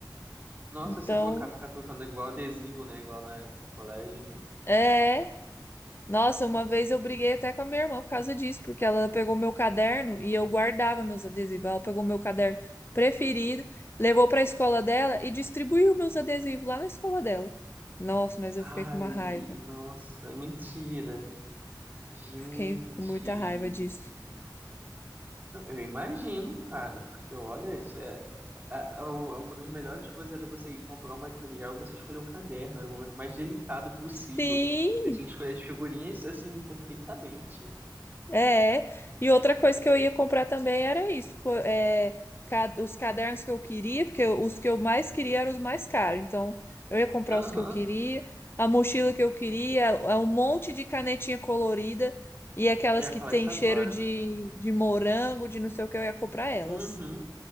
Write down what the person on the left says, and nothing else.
Então,
é. Nossa, uma vez eu briguei até com a minha irmã por causa disso, porque ela pegou meu caderno e eu guardava meus adesivos. Ela pegou meu caderno preferido, levou para a escola dela e distribuiu meus adesivos lá na escola dela. Nossa, mas eu
fiquei com uma raiva.
Fiquei com muita raiva disso.
Sim,
É, e outra coisa que eu ia comprar também era isso, co- é, ca- os cadernos que eu queria, porque eu- os que eu mais queria eram os mais caros, então eu ia comprar
os que eu queria, a mochila que eu queria, a- um monte de canetinha colorida e aquelas
que
tem
cheiro
de, de morango, de não sei o que, eu ia comprar elas.